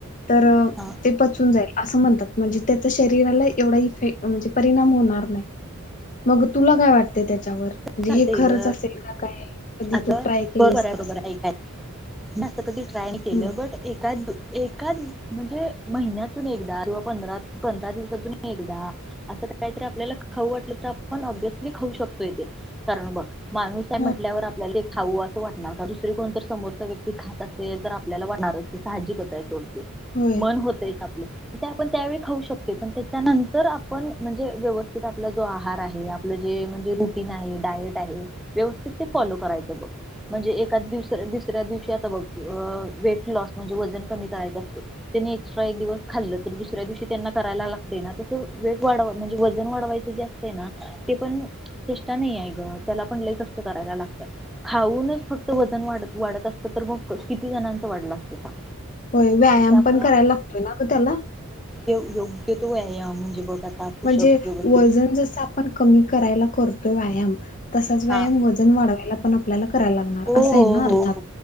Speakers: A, on the left (about 35°); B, in the centre.
A: तर
B: हा
A: ते पचून जाईल असं म्हणतात म्हणजे त्याचा शरीराला एवढा इफेक् म्हणजे परिणाम होणार नाही मग तुला काय वाटत. <unintelligible> म्हणजे
B: चालतंय
A: हे खरच
B: ग
A: असेल का काय कधी
B: अगं
A: तू ट्राय केलेस
B: बरोबर आहे
A: का...
B: बरोबर आहे ऐकाय जास्त कधी ट्राय नाही केलं
A: हम्म
B: बट ए एकाच म्हणजे महिन्यातून एकदा किंवां पंधरा दिवसातून एकदा असं काहीतरी आपल्याला खाऊ वाटलं तर आपण ब्यसली खाऊ शकतो. कारण बत माणूस काय म्हटल्यावर
A: हा
B: आपल्या लेख खाऊ असं वाटणार का दुसर कोण तर समोरचा व्यक्ती खात असेल तर आपल्याला वाटणारच ते साहजिक आहे.
A: होय.
B: मन होतय का. ते आपण त्यावेळी खाऊ शकतोय पण त्याच्यानंतर आपण म्हणजे व्यवस्थित आपला जो आहार आहे आपल जे म्हणजे की नाही डायट आहे ते व्यवस्थित फॉलो करायचं बघ, म्हणजे एखाद्या दिवशी दुसऱ्या दिवशी आता बघ अ वेट लॉस म्हणजे वजन कमी करायच असत त्यांनी एक्स्ट्रा एक दिवस खाल्लं तर दुसऱ्या दिवशी त्यांना करायला लागते ना तस वेट वाढ म्हणजे वजन वाढवायच जे असते ना ते पण.. चेष्टा नाही आहे ग त्याला पण लई कष्ट करायला लागतय खाऊनच फक्त वजन वाढत वाढत असतं तर मग किती जणांच वाढलं असतं सांग.
A: होय व्यायाम
B: त्यामुळं
A: पण करायला लागतोय ना ग त्याला.
B: योग्य तो व्यायाम म्हणजे बघ आता पुषप
A: म्हणजे
B: व्यवस्थित
A: वजन जस आपण कमी करायला कर तो व्यायाम तसाच व्यायाम
B: हा
A: वजन वाढवायला पण आपल्याला करायला लागणार
B: हो
A: असं
B: हो
A: आहे ना अर्थात.
B: हो